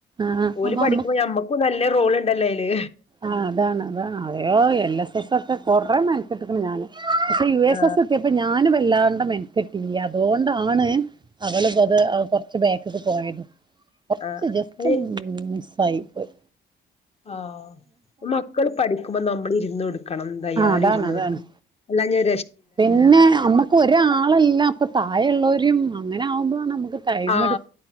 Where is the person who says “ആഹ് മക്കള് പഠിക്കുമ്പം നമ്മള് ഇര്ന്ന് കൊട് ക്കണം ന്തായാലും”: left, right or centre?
Left